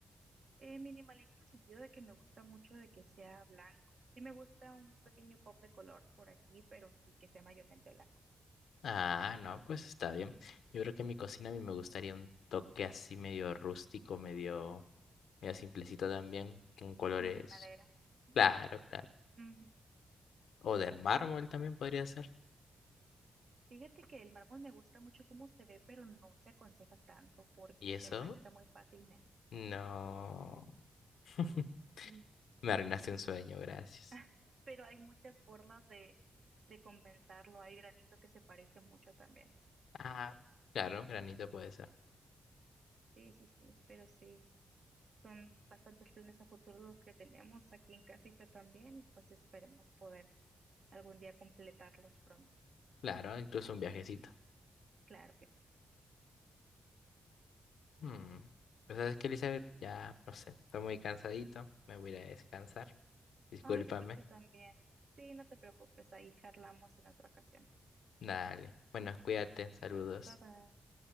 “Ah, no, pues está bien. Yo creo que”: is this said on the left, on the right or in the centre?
Left